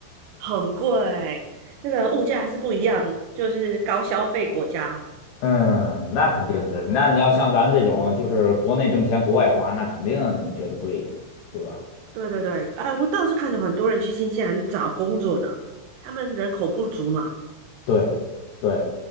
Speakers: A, on the right; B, on the left.
A: 很贵，这个物价还是不一样，就是高消费国家，
B: 嗯，那肯定是。
A: 嗯，
B: 那你要像咱这种，就是国内挣钱，国外花，那肯定你觉得贵呀，对吧？
A: 对对对，啊，我倒是看到很多人去新西兰找工作呢，他们人口不足嘛，
B: 对对，